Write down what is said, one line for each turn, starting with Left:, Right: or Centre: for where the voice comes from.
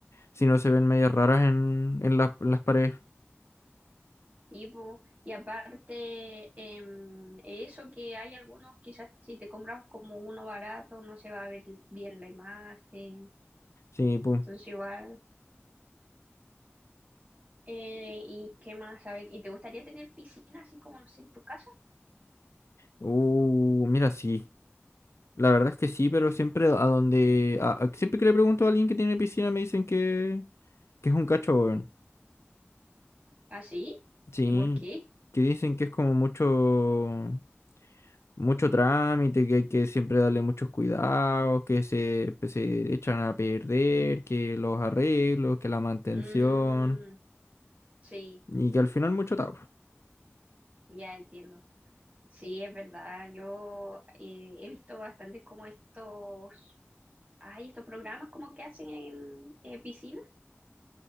Left: Si no se ven medias raras en, en la- en las paredes.
Right: sí, po, y aparte, em, eso que hay algunos, quizás si te compras como uno barato, no se va a ver bien la imagen,
Left: Sí, pum.
Right: entonces igual, eh, y qué más, a ver, ¿y te gustaría tener piscina así como, no sé, en tu casa?
Left: Uh, mira, sí. La verdad es que sí, pero siempre a donde. a- a- siempre que le pregunto a alguien que tiene piscina me dicen que, que es un cacho, weón.
Right: ¿Así?
Left: Sí.
Right: ¿Y por qué?
Left: Que dicen que es como mucho. Mucho trámite, que hay que siempre darle muchos cuidados, que se, pues, se echan a perder, que los arreglos, que la mantención.
Right: Mm, sí,
Left: Y que al final mucho tabo.
Right: ya entiendo. Sí, es verdad. Yo eh, he visto bastante como estos, hay estos programas como que hacen en eh, piscinas